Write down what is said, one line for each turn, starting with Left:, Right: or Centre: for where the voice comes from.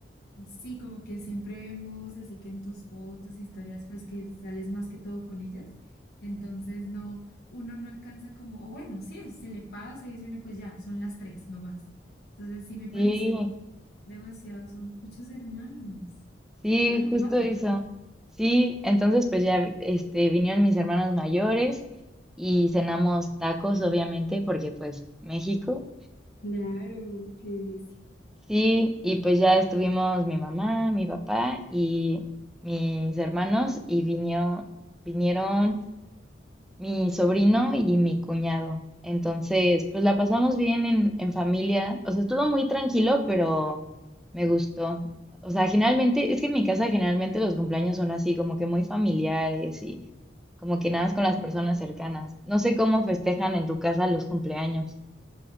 Left: Sí, como que siempre vemos, así que en tus fotos, historias, pues que sales más que todo con ellas. Entonces, no, uno no alcanza como, o bueno, sí, se le pasa y dice uno, pues ya, son las tres, no más. Entonces, sí me pareció
Centre: Sí.
Left: demasiado, son muchos hermanos.
Centre: Sí,
Left: Bueno,
Centre: justo
Left: cuatro.
Centre: eso.
Left: <laughs>
Centre: Sí, entonces pues ya este vinieron mis hermanos mayores y cenamos tacos, obviamente, porque pues México.
Left: Claro, qué delicia.
Centre: Sí, y pues ya estuvimos mi mamá, mi papá y mis hermanos y vino- vinieron mi sobrino y mi cuñado. Entonces, pues la pasamos bien en, en familia. O sea, estuvo muy tranquilo, pero me gustó. O sea, generalmente, es que en mi casa generalmente los cumpleaños son así, como que muy familiares y como que nada
Left: Ah,
Centre: más
Left: no,
Centre: con las personas
Left: ok.
Centre: cercanas. No sé cómo festejan en tu casa los cumpleaños.